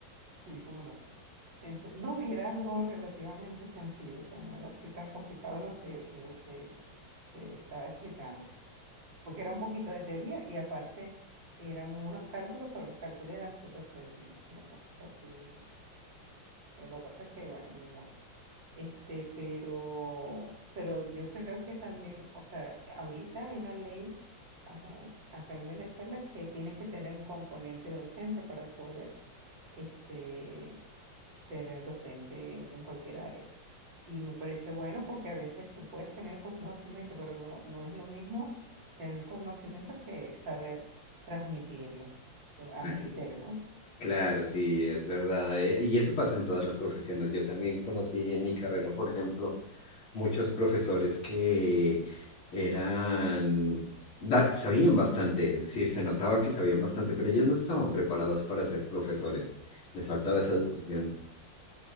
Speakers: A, on the right; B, on the left.
A: sí, cómo no. Ento- no, y era algo relativamente sencillo, o sea, no era así tan complicado lo que, lo que te estaba explicando. porque era un poquito de teoría y aparte eran unos cálculos, pero los cálculos eran súper sencillos, ¿no? Una cosa así, eh, lo que pasa es que, bueno, ni modo. Este, pero, pero yo creo que también, o sea, ahorita hay una ley ah, acá en Venezuela que tienes que tener un componente docente para poder este, ser docente en, en cualquier área. Y me parece bueno porque a veces tú puedes tener conocimiento, pero no, no es lo mismo tener conocimiento que saber transmitirlo, eh, a
B: Claro,
A: mi criterio, ¿no?
B: Claro, sí, es verdad. eh, Y eso pasa en todas las profesiones. Yo también conocí en mi carrera, por ejemplo, muchos profesores que eran, ba- sabían bastante, es decir, se notaba que sabían bastante, pero ellos no estaban preparados para ser profesores. Les faltaba
A: Claro,
B: esa educación.